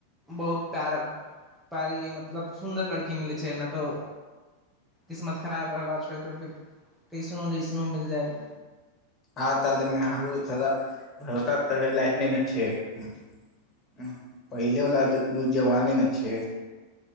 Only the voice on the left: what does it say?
आज कल के मेहरारु साला भरोसा करे लायक नै नै छै ह पहिले वला ज दू जबान नहि ने छै